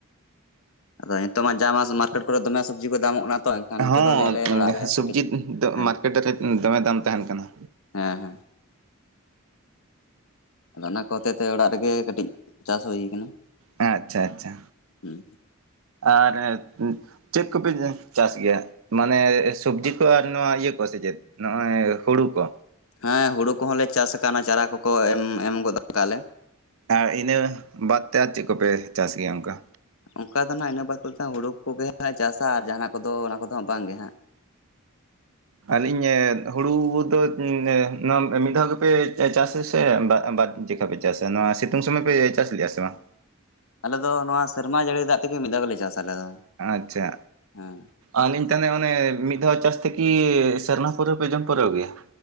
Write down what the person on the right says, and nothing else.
ᱦᱚᱸ
ᱥᱚᱵᱽᱡᱤ
ᱫᱚ
ᱢᱟᱨᱠᱮᱴ ᱨᱮ ᱫᱚᱢᱮ ᱫᱟᱢ ᱛᱟᱦᱮᱱ ᱠᱟᱱᱟ
ᱦᱮᱸᱟᱪᱪᱷᱟ ᱟᱪᱪᱷᱟ
ᱟᱨ ᱪᱮᱫ ᱠᱚᱯᱮ ᱪᱟᱥ ᱜᱮᱭᱟ ᱢᱟᱱᱮ ᱥᱚᱵᱽᱡᱤ ᱠᱚ ᱟᱨ ᱱᱚᱣᱟ ᱤᱭᱟᱹ ᱠᱚ ᱥᱮ ᱪᱮᱫ ᱱᱚᱜᱼᱚᱭ ᱦᱩᱲᱩ ᱠᱚ
ᱟᱨ ᱤᱱᱟᱹ ᱵᱟᱫ ᱛᱮ ᱟᱨ ᱪᱮᱫ ᱠᱚᱯᱮ ᱪᱟᱥ ᱜᱮᱭᱟ ᱚᱱᱠᱟ
ᱟᱹᱞᱤᱧ ᱦᱩᱲᱩ ᱫᱚ <unintelligible> ᱱᱚᱣᱟ ᱢᱤᱫ ᱫᱷᱟᱣ ᱜᱮᱯᱮ ᱪᱟᱥ ᱟᱥᱮ <unintelligible> <unintelligible> ᱪᱟᱥᱟ ᱱᱚᱣᱟ ᱥᱤᱛᱳᱝ ᱥᱚᱢᱚᱭ ᱯᱮ ᱪᱟᱥ ᱞᱮᱜᱼᱟ ᱥᱮ ᱵᱟᱝ
ᱟᱪᱪᱷᱟ
ᱟᱹᱞᱤᱧ ᱛᱟᱦᱮᱱᱟ ᱚᱱᱮ ᱢᱤᱫ ᱫᱷᱟᱣ ᱪᱟᱥ ᱛᱮᱠᱤ ᱥᱮᱨᱱᱟ ᱯᱩᱨᱟᱹ ᱯᱮ ᱡᱚᱢ ᱯᱩᱨᱟᱹᱣ ᱜᱮᱭᱟ